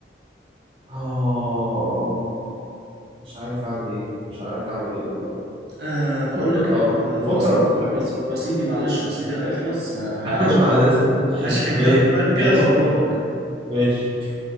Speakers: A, on the right; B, on the right.
A: اه مش عارف اعمل ايه مش عارف اعمل ايه والله
B: أه بقول
A: بفكر
B: لك
A: ابقى
B: انا
A: بفكر
B: رصيدي
A: ابقى محامي
B: رص- رصيدي معلش رصيدي هيخلص ه-
A: <laughs>
B: هشحن
A: معلش
B: كارت هشحن
A: ماشي
B: كارت فكه
A: ماشي
B: واطلبك
A: ماشي